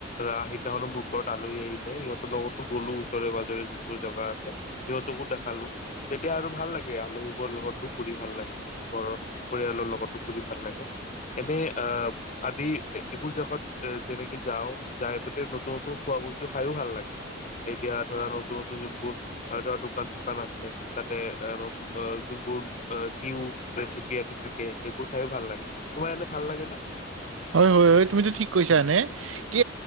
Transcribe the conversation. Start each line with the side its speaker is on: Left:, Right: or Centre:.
Left: ৰা সিদিনা খনো মোৰ ওৰত আলহী আহিলে সিহঁতৰ লগতো গ'লো ওচৰে পাজৰে যোনবোৰ জেগা আছে। সিহঁতকো দেখালো তেতিয়া আৰু ভাল লাগে। আলহীবোৰৰ লগতো ফুৰি ভাল লাগে, ঘৰৰ পৰিয়ালৰ লগতো ফুৰি ভাল লাগে। এনে আ আদি এইবোৰ জেগাত যেনেকে যাওঁ, যাই পেলাই নতুন নতুন খোৱা বস্তু খাইও ভাল লাগে। এতিয়া ধৰা নতুন নতুন যোনবোৰ ধৰা দোকান-চোকান আছে তাতে অ', যোনবোৰ নিউ ৰেচিপি থাকে সেইবোৰ খায়ো ভাল লাগে। তোমাৰ এনে ভাল লাগেনে?
Right: হয়, হয়, হয় তুমিতো ঠিক কৈছা এনে। কি